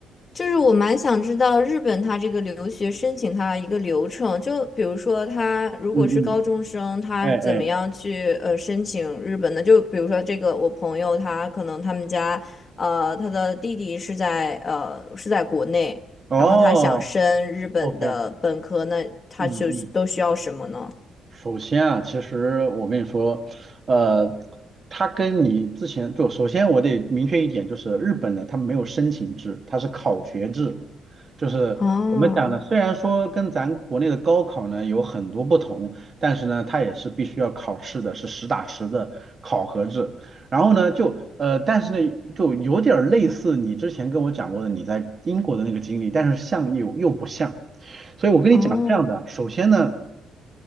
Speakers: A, on the left; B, on the right.
A: 就是我蛮想知道日本它这个留学申请它一个流程，就比如说他如果是高中生，
B: 嗯嗯，
A: 他怎么样去呃申请日本的？
B: 哎哎，
A: 就比如说这个我朋友他可能他们家呃他的弟弟是在呃是在国内，
B: 哦
A: 然后他想升日本的本科，
B: ，OK，
A: 那他就都需要什么呢？
B: 嗯嗯。首先啊，其实我跟你说，呃，它跟你之前就首先我得明确一点，就是日本的它没有申请制，它是考学制，就是怎么讲呢？
A: 哦
B: 虽然说跟咱国内的高考呢有很多不同，但是呢，它也是必须要考试的，是实打实的考核制。然后呢，就呃，但是呢，就有点儿类似你之前跟我讲过的你在英国的那个经历，但是像又又不像。所以我跟你讲是这样的，
A: 哦，
B: 首先呢。